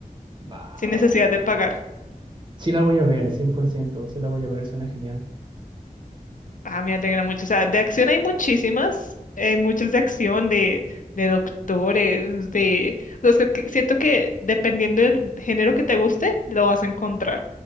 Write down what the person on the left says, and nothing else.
sin necesidad
de pagar.
Ah, me alegra mucho. O sea, de acción hay muchísimas, hay muchas de acción, de, de doctores, de... o sea, es que que siento que dependiendo del género que te guste, lo vas a encontrar.